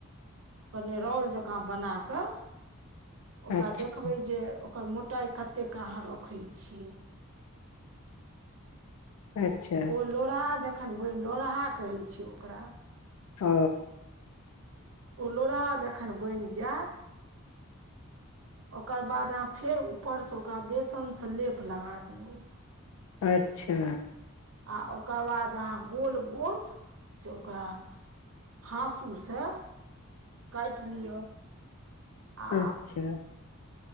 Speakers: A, on the right (about 65°); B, on the left (about 80°).
A: कनि रोल जकाँ बना कऽ ओकरा
B: अच्छा
A: देखबै जे ओकर मोटाइ कतेक के अहाँ रखै छियै।
B: अच्छा
A: ओ लोरहा जखन बनि लोहा कहै छयै ओकरा।
B: ओ
A: ओ लोढ़ा जखन बनि जायत
B: <inaudible>
A: ओकर बाद अहाँ फेर ऊपरसँ ओकरा बेसनसँ लेप लगा दियौ।
B: अच्छा
A: आ ओकर बाद अहाँ गोल गोल से ओकरा हाँसूसँ काटि लियौ। आ
B: अच्छा